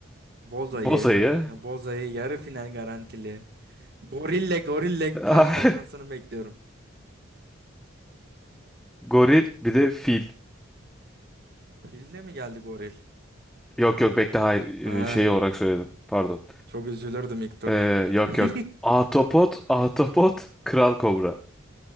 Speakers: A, on the right; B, in the centre.
A: Boza'yı,
B: Boz ayı.
A: e, Boza'yı yarı final garantili. Gorille gorille
B: <laughs>
A: karşılaşmasını bekliyorum.
B: Goril bir de fil.
A: Filde mi geldi goril?
B: Yok yok bekle hayır
A: Ha,
B: e, şey olarak söyledim. Pardon.
A: çok üzülürdüm ilk turda.
B: Ee, yok
A: <laughs>
B: yok. Ahtapot, ahtapot, kral kobra.